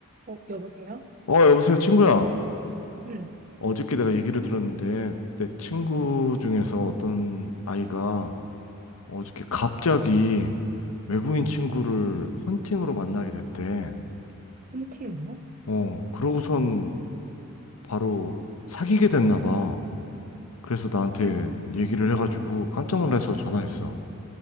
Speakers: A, on the right; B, on the left.
A: 어, 여보세요?
B: 어, 여보세요, 친구야.
A: 응,
B: 어저께 내가 얘기를 들었는데, 내 친구 중에서 어떤 아이가 어저께 갑자기 외국인 친구를 헌팅으로 만나게 됐대.
A: 헌팅으로?
B: 어, 그러고선 바로 사귀게 됐나 봐. 그래서 나한테
A: 대박.
B: 얘기를 해가지고 깜짝 놀라서
A: 응.
B: 전화했어.